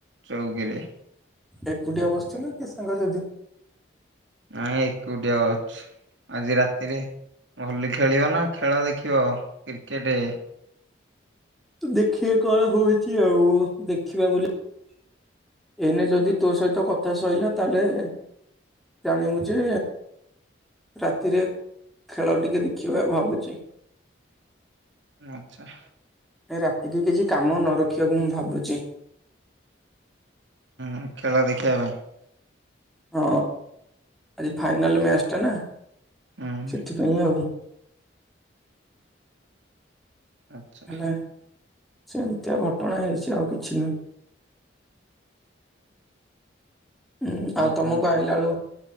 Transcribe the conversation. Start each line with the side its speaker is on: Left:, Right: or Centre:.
Right: ଚଉକିରେ।
Centre: ଏକୁଟିଆ ବସିଛ ନା କିଏ ସାଙ୍ଗସାଥି?
Right: ନାଇଁ ଏକୁଟିଆ ଅଛି, ଆଜି ରାତିରେ ହୋଲି ଖେଳିବ ନା ଖେଳ ଦେଖିବ? କ୍ରିକେଟେ
Centre: ତ ଦେଖିବା କଣ ହୋଇଛି ଆଉ ଦେଖିବା ବୋଲି ଏଇନେ ଯଦି ତୋ ସହିତ କଥା ସଇଲା ତାହେଲେ ଜାଣିବୁ ଯେ ରାତିରେ ଖେଳ ଟିକେ ଦେଖିବା ଭାବୁଚି।
Right: ଆଛା
Centre: ରାତିକି କିଛି କାମ ନ ରଖିବାକୁ ମୁଁ ଭାବୁଛି।
Right: ହୁଁ ଖେଳ ଦେଖିବା ପାଇଁ
Centre: ହଁ ଆଜି ଫାଇନାଲ ମ୍ୟାଚ୍ ଟା ନା
Right: ହୁଁ
Centre: ସେଥିପାଇଁ ଆଉ।
Right: ଆଛା
Centre: ହେଲା ସେମିତିଆ ଘଟଣା ହେଇଛି ଆଉ କିଛି ନୁହେଁ। ହୁଁ ଆଉ ତମକୁ
Right: କଣ କୁହ
Centre: ଆଇଲା ବେଳୁ